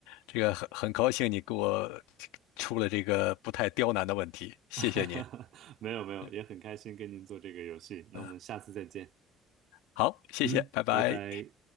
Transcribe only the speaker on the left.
这个很很高兴你给我出了这个不太刁难的问题，谢谢您。
嗯，
嗯好，谢谢，
拜拜。